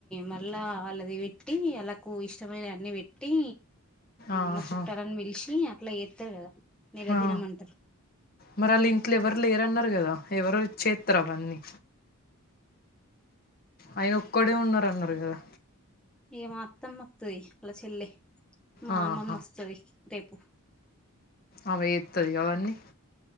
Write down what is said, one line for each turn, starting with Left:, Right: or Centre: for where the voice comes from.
Centre: మళ్ళా ఆళ్ళది పెట్టి అలా కు ఇష్టమైన అన్ని పెట్టి
Left: ఆహా
Centre: మా చుట్టాలని పిలిచి అట్లా ఎత్తారు కదా నీలదినమంటారు
Left: ఆ మరి వాళ్ళ ఇంట్లో ఎవరు లేరున్నారు కదా ఎవరు చెత్తారు అవన్నీ ఆయన ఒక్కడే ఉన్నారురన్నారు కదా
Centre: ఏ మా అత్తమ్మ వత్తాది అలా చెల్లె మా
Left: ఆహా
Centre: అమ్మమ్మ వస్తది రేపు
Left: ఆమె ఎత్తది కావన్నీ